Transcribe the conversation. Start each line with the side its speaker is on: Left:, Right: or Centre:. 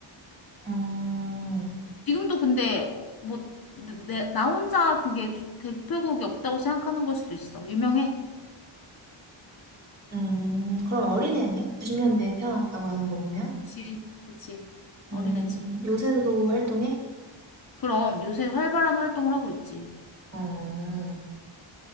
Right: 음,
Left: 지금도 근데, 어, 뭐, 내, 내- 나 혼자 그게 대표곡이 없다고 생각하는 걸 수도 있어. 유명해.
Right: 음, 그럼 어린애네? 90년대에 태어났다고 하는 거 보면?
Left: 그치, 그치. 어린애지.
Right: 음, 요새도 활동해?
Left: 그럼 요새 활발한 활동을 하고 있지.
Right: 음,